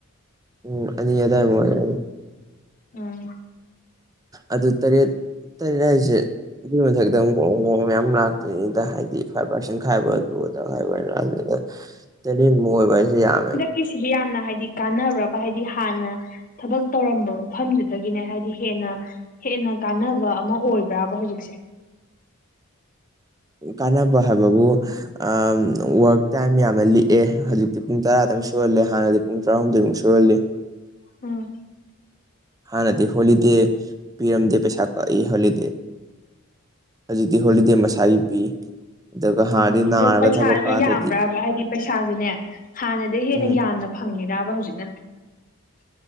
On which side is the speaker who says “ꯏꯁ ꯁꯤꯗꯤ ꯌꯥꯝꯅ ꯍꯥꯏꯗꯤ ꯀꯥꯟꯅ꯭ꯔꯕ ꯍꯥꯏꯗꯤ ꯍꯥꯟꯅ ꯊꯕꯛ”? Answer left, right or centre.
Left